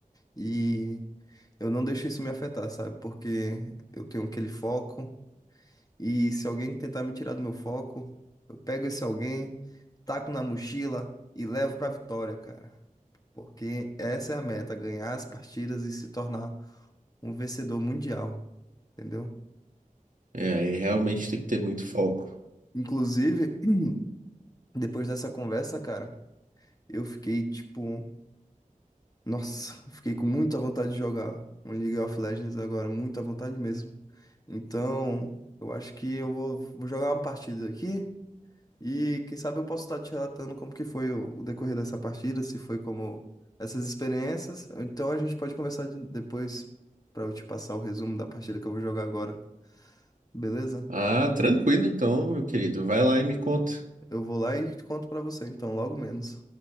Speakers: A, on the left; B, on the right.
A: E eu não deixo isso me afetar, sabe? Porque eu tenho aquele foco E se alguém tentar me tirar do meu foco, eu pego esse alguém, taco na mochila e levo pra vitória, cara. Porque essa é a meta, ganhar as partidas e se tornar um vencedor mundial, entendeu?
B: É, aí realmente tem que ter muito foco.
A: Inclusive, <clears throat> depois dessa conversa, cara, eu fiquei tipo, nossa, eu fiquei com muita vontade de jogar um League of Legends agora, muita vontade mesmo. Então, eu acho que eu vou, vou jogar uma partida aqui. E quem sabe eu posso estar te relatando como que foi o, o decorrer dessa partida, se foi como essas experiências. ou Então a gente pode conversar de- depois pra eu te passar o resumo da partida que eu vou jogar agora, beleza?
B: Ah, tranquilo então, meu querido. Vai lá e me conta.
A: Eu vou lá e te conto pra você, então, logo menos.